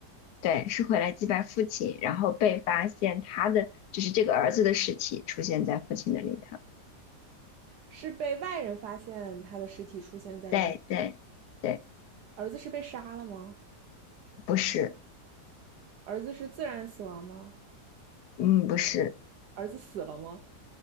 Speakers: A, on the left; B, on the right.
A: 对，是回来祭拜父亲，然后被发现他的，就是这个儿子的尸体出现在父亲的灵堂，
B: 是被外人发现他的尸体出现在灵堂，
A: 对对。对
B: 儿子是被杀了吗？
A: 不是，
B: 儿子是自然死亡吗？
A: 嗯，不是，
B: 儿子死了吗？